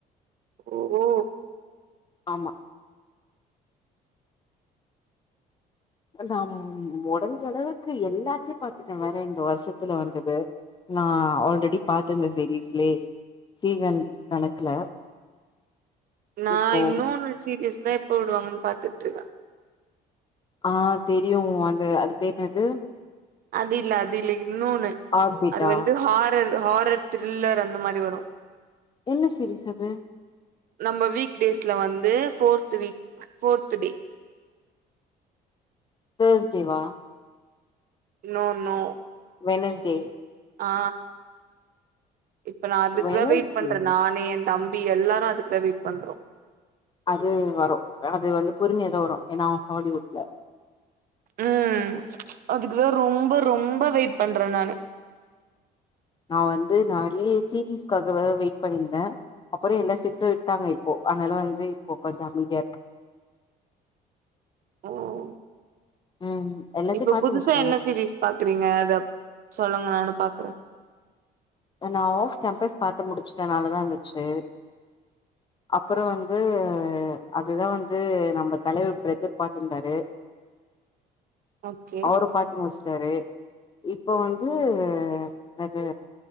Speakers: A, on the right (about 60°); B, on the left (about 25°).
A: ஓ ஓ
B: ஆமா நா முடுஞ்சளவுக்கு எல்லாத்தையு பாத்துட்ட வேற இந்த வருஷத்துல வந்தது நா ஆல்ரெடி பாத்துருந்த சீரீஸ்லயே சீசன் கணக்குல
A: நா
B: இப்போ
A: இன்னு அந்த சீரியஸ்தா இப் போடுவாங்கன் பாத்துட்ருக்கா
B: ஆ தெரியு அந்த அது பேர் என்னது
A: அது இல்ல அது இல்லைங் இன்னொன்னு
B: ஆர்பிட்டா
A: அது வந்து ஹாரர் ஹாரர் த்ரில்லர் அந்த மாரி வரு
B: என்ன சீரிஸ் அது
A: நம்ம வீக் டேஸ்ல வந்து ஃபோர்த்து வீக் ஃபோர்த்து டே
B: தேஸ்டே வா
A: நோ நோ
B: வெனஸ் டே
A: ஆ இப்ப நா அதுக்குதா
B: வெனஸ்டே
A: வெயிட் பண்ற நானே என் தம் அப்படி எல்லாரும் அதுக்கு தான் வெயிட் பண்றோம்
B: அது வரும் அது வந்து புரிந்து ஏதோ வரும் ஏன்னா ஹாலிவுட்ல
A: ம் அதுக்குதான் ரொம்ப ரொம்ப வெயிட் பண்றேன் நானு
B: நான் வந்து நறைய சீரிஸ்க்காகவே வெயிட் பண்ணியிருந்தேன் அப்புறம் எல்லா சிக்ஸும் விட்டாங்க இப்போ அதனால வந்து இப்போ கொஞ்சம் அமைதியா இருக்
A: ஓ
B: ம் எல்லாத்தையு
A: இப்ப
B: பாத்து
A: புதுசா
B: முடிச்சிட்டே
A: என்ன
B: வேற
A: சீரிஸ் பாக்குறீங்க அத சொல்லுங்களேன் பாக்குறேன்
B: நான் ஆஃப் கேம்பஸ் பார்த்து முடிச்சுட்டேன் நல்லா தான் இருந்துச்சு அப்புறோம் வந்து அதுதான் வந்து நம்ம தலைவர் எதிர்பார்த்திருந்தாரு
A: ஓகே
B: அவுரு பார்த்து மோஷ் செரி இப்போ வந்து அ அது